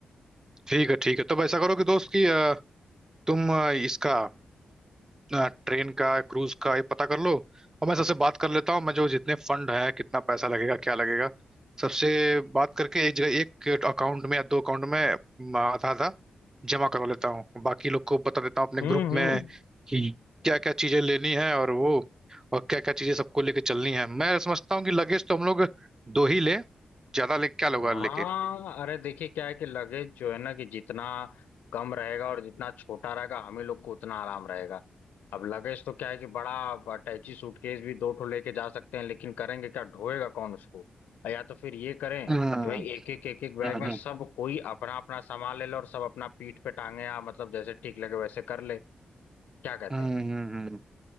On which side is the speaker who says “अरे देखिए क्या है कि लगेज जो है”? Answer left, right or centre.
Left